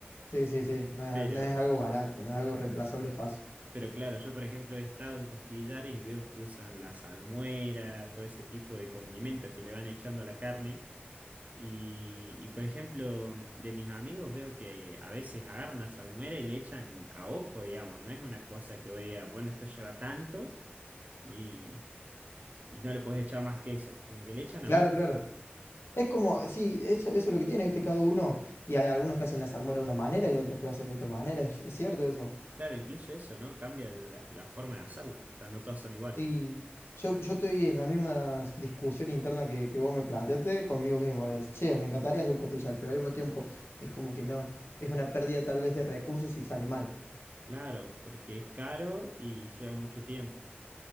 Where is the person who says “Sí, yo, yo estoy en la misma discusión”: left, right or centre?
Left